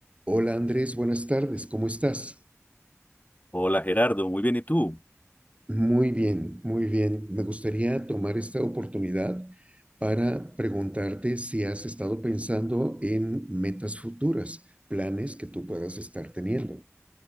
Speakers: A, on the right; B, on the left.
A: Hola Andrés, buenas tardes, ¿cómo estás?
B: Hola Gerardo, muy bien, ¿y tú?
A: Muy bien, muy bien. Me gustaría tomar esta oportunidad para preguntarte si has estado pensando en metas futuras, planes que tú puedas estar teniendo.